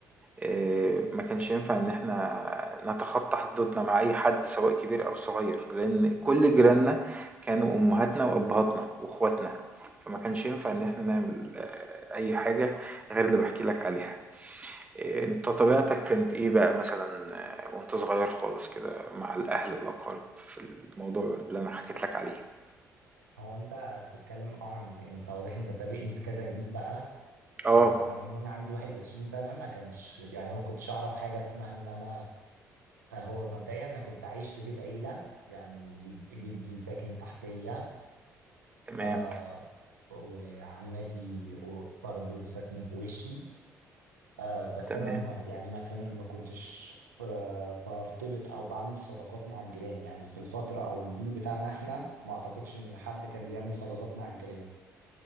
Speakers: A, on the right; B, on the right.
A: آآ، ما كانش ينفع إن إحنا نتخطى حدودنا مع أي حد سواء كبير أو صغير، لأن كل جيراننا كانوا أمهاتنا وأبهاتنا وأخواتنا، فما كانش ينفع إن إحنا نعمل آه، أي حاجة غير اللي باحكي لك عليها. إيه، انت طبيعتك كانت ايه بقى مثلا آه، وانت صغير خالص كده مع الاهل والاقارب في الموضوع اللي انا حكيت لك عليه
B: هو انت بتتكلم اه عن انت واضح انت سابقني بكذا جيل بقى
A: اه
B: فعلى العموم انا عندي 21 سنة ما كانش يعني أنا ما كنتش اعرف حاجة اسمها ان انا آه، هو مبدئيا انا كنت عايش في بيت عيلة يعني جد- جدي ساكن تحتية
A: تمام
B: آه وعمتي و- برضو ساكنين في وشي آه بس
A: تمام
B: انا ما يعني ما كان ما كنتش آه برتبط او بعمل صداقات مع الجيران يعني في الفترة او الجيل بتاعنا احنا ما اعتقدش ان حد كان بيعمل صداقات مع الجيران